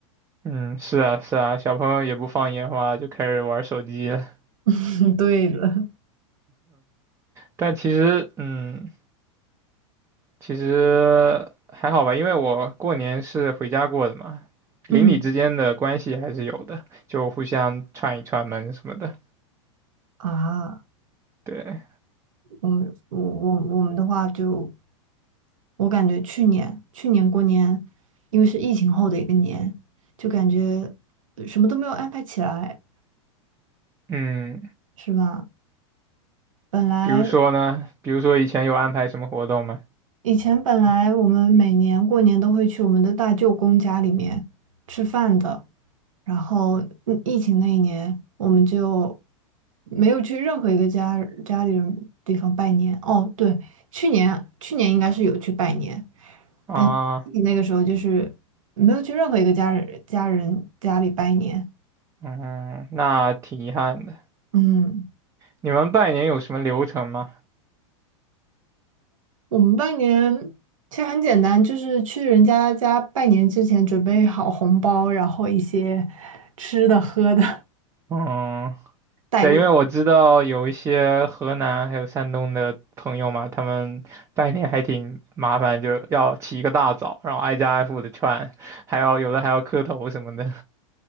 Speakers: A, on the right (about 15°); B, on the right (about 85°).
A: 嗯，是啊是啊，小朋友也不放烟花，就开始玩手机了。
B: <laughs> 对的，
A: 但其实，嗯，其实还好吧，因为我过年是回家过的嘛，邻里之间的关系还是有的，
B: 嗯
A: 就互相串一串门什么的。
B: 啊。
A: 对，
B: 我们我我我们的话就，我感觉去年去年过年，因为是疫情后的一个年，就感觉呃什么都没有安排起来，
A: 嗯，
B: 是吧？本来
A: 比如说呢，比如说以前有安排什么活动吗？
B: 以前本来我们每年过年都会去我们的大舅公家里面吃饭的，然后嗯疫情那一年我们就没有去任何一个家家里人地方拜年。哦，对，去年去年应该是有去拜年。
A: 啊，
B: 但那个时候就是没有去任何一个家人家人家里拜年。
A: 嗯，那挺遗憾的。
B: 嗯，
A: 你们拜年有什么流程吗？
B: 我们拜年其实很简单，就是去人家家拜年之前准备好红包，然后一些吃的喝的
A: 嗯，
B: <laughs> 带过。
A: 对，因为我知道有一些河南还有山东的朋友嘛，他们拜年还挺麻烦，就要起一个大早，然后挨家挨户的串，还要有的还要磕头什么的。